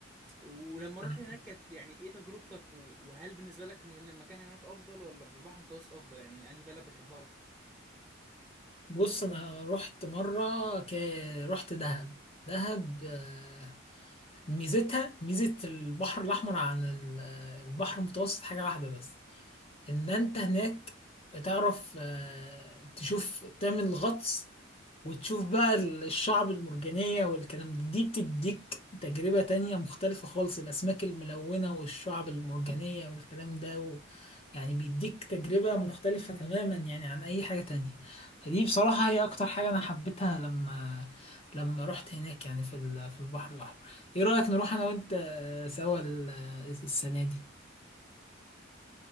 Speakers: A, in the centre; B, on the left (about 30°).
A: ولما رحت
B: أنا-
A: هناك كانت يعني ايه تجربتك و- وهل بالنسبة لك ال- المكان هناك افضل ولا في البحر المتوسط افضل يعني انهي بلد بتحبها اكتر
B: بص انا رحت مره ك... رحت دهب دهب آه، ميزتها ميزة البحر الأحمر عن ال- البحر المتوسط حاجة واحدة بس ان انت هناك بتعرف آه، تشوف تعمل غطس وتشوف بقى الشعب المرجانية والكلام ده دي بتديك تجربة تانية مختلفة خالص الأسماك الملونة والشعب المرجانية والكلام ده و... يعني بيديك تجربة مختلفة تماما يعني عن أي حاجة تانية فدي بصراحة هي أكتر حاجة أنا حبيتها لما لما رحت هناك يعني في ال... في البحر الأحمر إيه رأيك نروح أنا وأنت آه، سوا ال- السنة دي